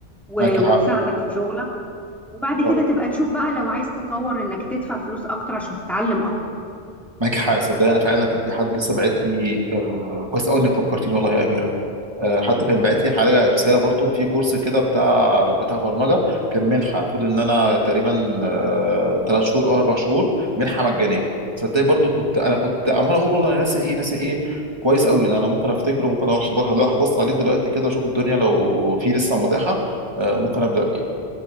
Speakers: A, in the centre; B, on the right.
A: و-
B: معاك حق
A: وتساعدك في شغلك وبعد كده
B: آه،
A: تبقى تشوف بقى لو عايز تطور انك تدفع فلوس اكتر عشان تتعلم اكتر يعني
B: معاك حق صدق انا فعلا كان في حد لسه باعت لي آه كويس قوي انك فكرتيني والله يا اميره آه، حد كان باعت لي حاجه رساله برضو إن في كورس كده بتاع بتاع برمجه كان منحه المفروض ان انا تقريبا آه، ثلاث شهور او اربع شهور منحه مجانيه صدق برضو كنت انا كنت عمال اقول برضو انا ناسي ايه ناسي ايه كويس قوي ان انا ممكن افتكره ممكن اروح أبص- هروح ابص عليه دلوقتي كده اشوف الدنيا لو في لسه متاحه آه، ممكن ابدا فيه